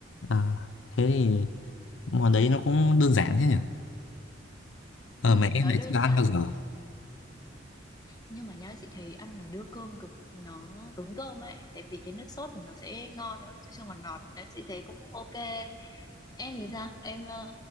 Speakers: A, on the left (about 80°); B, on the left (about 20°).
A: ờ. Thế thì món đấy nó cũng đơn giản thế nhỉ? Ờ,
B: ừ
A: mà em
B: nó
A: lại
B: đơn
A: chưa ăn
B: giản
A: bao giờ.
B: nhưng mà nhá chị thấy ăn nó đưa cơm cực nó tốn cơm ấy tại vì cái nước sốt của nó sẽ ngon nữa chứ không ngọt ngọt đấy chị thấy cũng ok em thì sao em ờ,